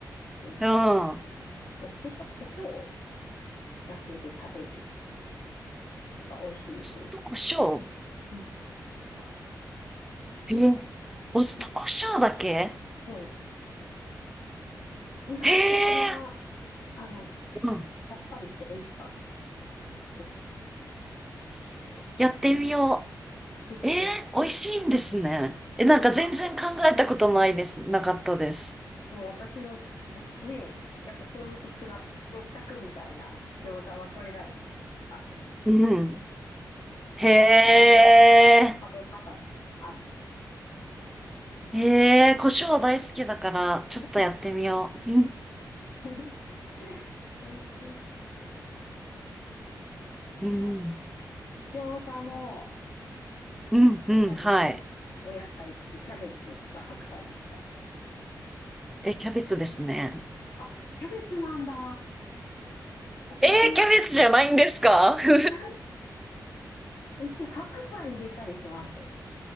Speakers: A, on the left (about 60°); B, in the centre.
A: えっと、
B: うん。
A: お酢と胡椒だけで食べるのが美味しいって言ってて。
B: お酢と胡椒
A: うん、餃子。
B: え、お酢と胡椒だけ
A: それ、そう。意外とそれが、
B: へえ。
A: あの、
B: うん。
A: さっぱりして美味しかったです。やってみた。
B: やってみよ
A: ぜひぜひ。
B: う。えー、
A: え
B: 美味しいんですね。え、
A: 美味しかった
B: なんか全然考えたことないです。なかったです。
A: もう私も、ね、やっぱ醤油と酢が、ついたくみたいな餃子はこれだろう。あったけど、
B: うん。
A: なんかそういう
B: へえ。
A: 食べ方もあり。<laughs>
B: へえ、
A: みたい
B: 胡椒大好きだから、ちょっとやってみよう。
A: な
B: <laughs>
A: <laughs> えー、そうなんだ。
B: うん。
A: な餃子の
B: うん、うん、
A: 中に入れるお野菜ってキャベツですか白菜ですか
B: はい。え、キャベツですね。
A: あ、キャベツなんだ。うち、
B: えー、キャベツじゃないんですか <laughs>
A: <laughs> うち白菜入れたりします。